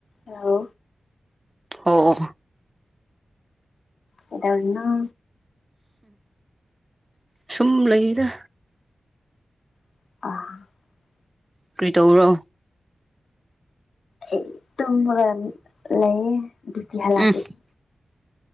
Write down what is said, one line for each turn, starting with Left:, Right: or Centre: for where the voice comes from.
Left: ꯑ
Right: ꯑꯣ
Left: ꯀꯩꯗꯧꯔꯤꯅꯣ
Right: ꯁꯨꯝ ꯂꯩꯗ
Left: <unintelligible>
Right: ꯀꯔꯤ ꯇꯧꯕꯔꯣ
Left: ꯑꯩ ꯇꯨꯝꯃꯒ ꯂꯩꯌꯦ ꯭ꯌꯇꯤ ꯍꯥꯂꯕꯒꯤ
Right: ꯎꯝ